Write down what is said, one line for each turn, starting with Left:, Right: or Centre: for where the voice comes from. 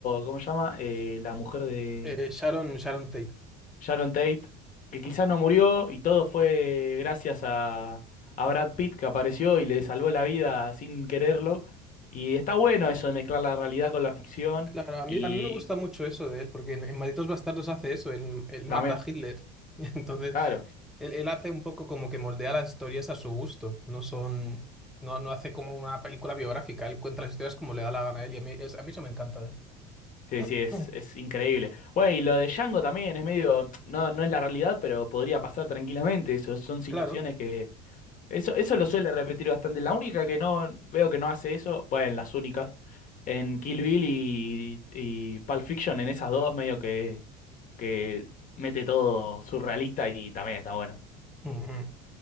Left: ¿cómo se llama? Eh, la mujer de...
Centre: Eh, Sharon, Sharon Tate.
Left: Sharon Tate, que quizás
Centre: Mm.
Left: no murió y todo fue gracias a, a Brad Pitt que apareció y le salvó la vida sin quererlo. Y está bueno eso de mezclar la realidad con la ficción
Centre: Claro, a
Left: y
Centre: mí, a mí me gusta mucho eso de él, porque en, en Malditos Bastardos hace eso, él, él
Left: también,
Centre: mata a Hitler. <laughs> Entonces,
Left: claro,
Centre: Él, él hace un poco como que moldea las historias a su gusto. No son, no, no hace como una película biográfica. Él cuenta las historias como le da la gana a él y a mí, es- a mí eso me encanta de él.
Left: sí, sí,
Centre: <clears throat>
Left: es,
Centre: Mm,
Left: es increíble. Bueno, y lo de Django también es medio, no, no es la realidad, pero podría pasar tranquilamente. Eso son situaciones
Centre: Claro.
Left: que... Eso, eso lo suele repetir bastante. La única que no veo que no hace eso, bueno, las únicas. En Kill Bill y, y Pulp Fiction, en esas dos, medio que, que mete todo surrealista y también está bueno.
Centre: Mm, mm.